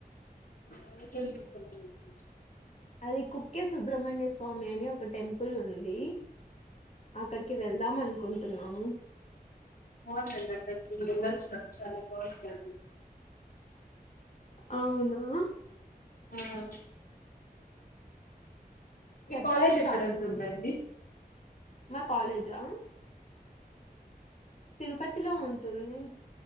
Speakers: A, on the left; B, on the left.
A: అ
B: అది కుక్కే సుబ్రమణ్య స్వామి అని ఒక టెంపుల్ ఉంది అక్కడికి వెళ్దాం అనుకుంటున్నాము
A: బాంటుందండి మేము వెళ్ళిచ్చినం చాలా బాంటది
B: అవునా
A: ఆ మీ
B: చెప్పారు
A: కాలేజ్ ఎక్కడ
B: చాలా
A: ఉంటుందండి
B: మంది మా కాలేజా
A: ఆ
B: తిరుపతిలో ఉంటుంది